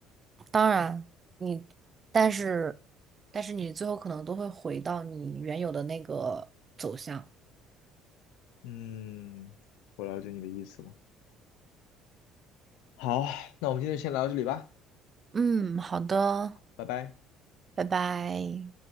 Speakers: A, on the right; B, on the left.
A: 当然，你但是但是你最后可能都会回到你原有的那个走向。
B: 嗯，我了解你的意思了。好，那我们今天就先聊到这里吧，
A: 嗯，好的，
B: 拜拜。
A: 拜拜。